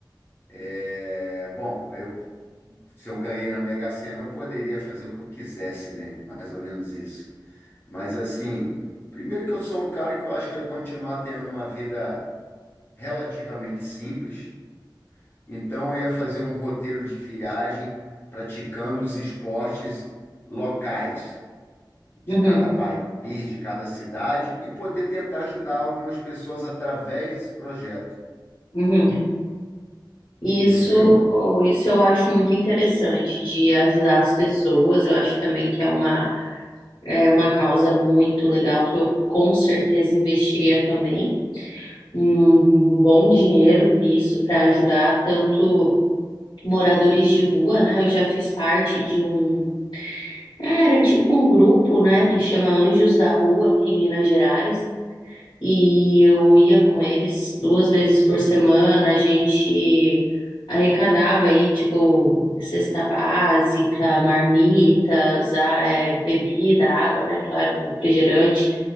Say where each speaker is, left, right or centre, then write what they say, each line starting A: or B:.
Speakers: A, on the left; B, on the left.
A: É, bom, aí eu, se eu ganhei na Mega Sena, eu poderia fazer o que eu quisesse, né? Mais ou menos isso. Mas, assim, primeiro que eu sou um cara que eu acho que eu ia continuar tendo uma vida relativamente simples, então eu ia fazer um roteiro de viagem praticando os esportes locais. de
B: Uhum,
A: cada país, de cada cidade e poder tentar ajudar algumas pessoas através desse projeto,
B: uhum. E
A: entendeu?
B: Isso, isso eu acho muito interessante de ajudar as pessoas. Eu acho também que é uma, é uma causa muito legal que eu com certeza investiria também um, um bom dinheiro nisso para ajudar tanto moradores de rua, né? Eu já fiz parte de um, é, era tipo um grupo, né, que chama Anjos da Rua em Minas Gerais e eu ia com eles duas vezes por semana, a gente arrecadava aí, tipo, cesta básica, marmitas, a- é, bebida, água, né? Claro, refrigerante.